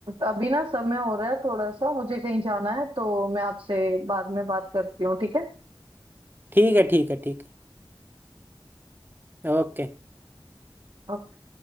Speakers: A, on the right; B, on the right.
A: अभी ना समय हो रहा है थोड़ा सा मुझे कहीं जाना है तो मैं आपसे बाद में बात करती हूँ ठीक
B: ठीक है ठीक है ठीक है ओके
A: है